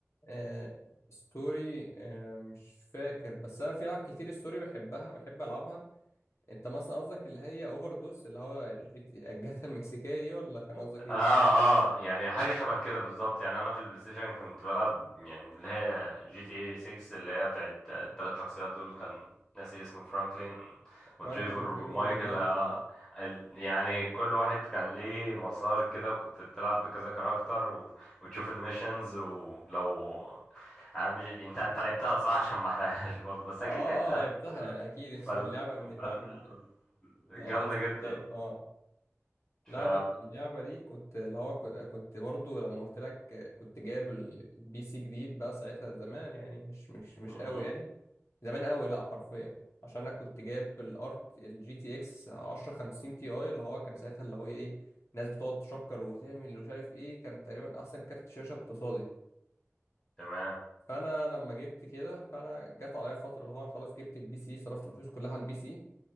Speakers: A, on the left (about 70°); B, on the left (about 15°).
A: آه ستوري آه مش فاكر بس انا في العاب كتير ستوري بحبها بحب العبها انت مثلا قصدك اللي هي اوفر دوس اللي هو جيت- الجاتا المكسيكيه دي ولا كان قصدك ايه
B: اه اه يعني حاجه شبه كده بالظبط يعني انا في البلاي ستيشن كنت بلعب يعني اللي هي جي تي اي 6 اللي هي بتاعت الثلاث شخصيات دول كان ناسي اسمه فرانكلين وتريفر
A: فرانكل وتريفر
B: ومايكل
A: ونايتل
B: اه ال- يعني كل واحد كان ليه مسار كده وكنت بتلعب بكذا كاركتر و... وتشوف الميشنز ولو آه، مش... انت انت لعبتها صح <laughs> عشان ما احرقهاش برضه بس
A: اه
B: اكيد لعبتها
A: اه لعبتها
B: آه.
A: يعني اكيد <laughs>
B: فال...
A: اللعبه من اللعب
B: فال...
A: اللي هي
B: جامده
A: لازم
B: جدا
A: تلعب اه
B: ف
A: لا انا اللعبه دي كنت اللي هو ك- كنت برضو لما قلت لك كنت جايب ال- البي سي جديد بقى ساعتها زمان يعني مش مش مش
B: مم.
A: قوي يعني زمان قوي لا حرفيا عشان انا كنت جايب الارت الجي تي اكس 1050 تي اي اللي هو كان ساعتها اللي هو ايه ناس بتقعد تشكر وتعمل ومش عارف ايه كان تقريبا احسن كارت شاشه اقتصادي
B: تمام
A: فانا لما جبت كده فانا جت عليا فتره اللي هو أنا خلاص جبت البي سي صرفت فلوسي كلها على البي سي